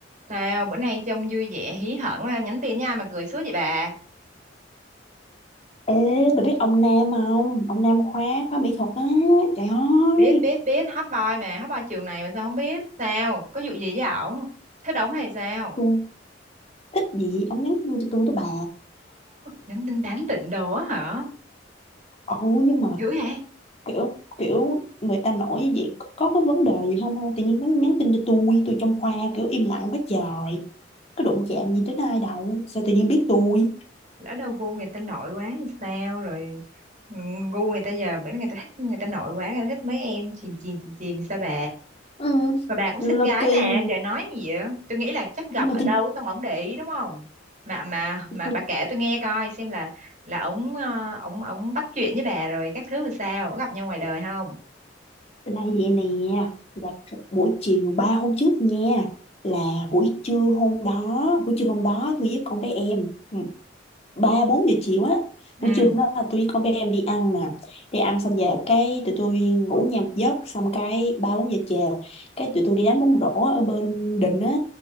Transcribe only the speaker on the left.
Ê, bà biết ông Nam không? Ông Nam khóa khóa mỹ thuật á. Trời ơi,
tôi thích gì ông nhắn tin cho tôi đó bà.
Ồ, nhưng mà
kiểu kiểu người ta nổi như vậy có, có cái vấn đề gì không? ha? Tự nhiên nhắn, nhắn tin cho tôi, tôi trong khoa kiểu im lặng quá trời. Có đụng chạm gì đến ai đâu, sao tự nhiên biết tôi?
Ừ,
lâu
kỳ
nhưng mà
trên
tôi
là vậy nè, là buổi chiều ba hôm trước nha. là buổi trưa hôm đó buổi trưa hôm đó tôi với con bé em ừ, ba bốn giờ chiều á
buổi trưa hôm đó là tôi với con bé em đi ăn nè đi ăn xong về cái tụi tôi ngủ nhà một giấc xong cái ba bốn giờ chiều cái tụi tôi đi đánh bóng rổ ở bên đình á